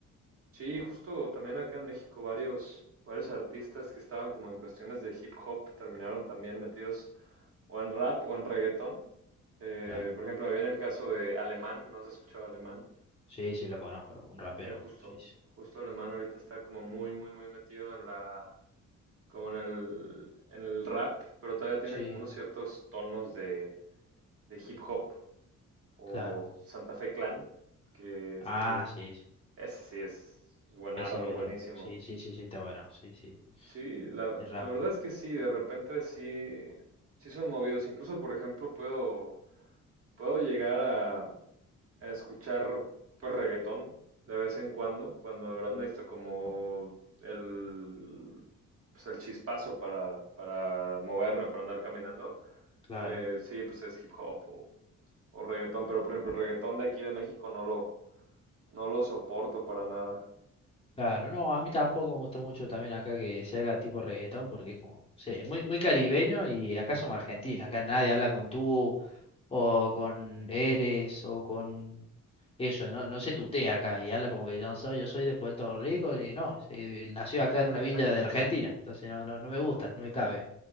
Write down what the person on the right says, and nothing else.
Sí, justo también acá en México varios, varios artistas que estaban como en cuestiones de hip hop terminaron también metidos o en rap o en reggaetón. Eh,
por ejemplo, me viene el caso de Alemán, no se escuchaba Alemán.
Eh, justo,
justo Alemán ahorita está como muy, muy, muy metido en la como en el, en el rap, pero todavía tiene
como unos ciertos tonos de, de hip hop o
Santa Fe Clan, que este
es,
ese sí es, buenardo,
buenísimo.
Sí, la,
la verdad es que sí, de repente sí, sí son movidos. Incluso, por ejemplo, puedo Puedo llegar a, a escuchar pues reggaetón de vez en cuando, cuando de verdad necesito como el, pues, el chispazo para, para moverme, para andar caminando.
Eh, sí, pues es hip hop o, o reggaetón, pero por ejemplo, el reggaetón de aquí de México no lo, no lo soporto para nada.
<laughs>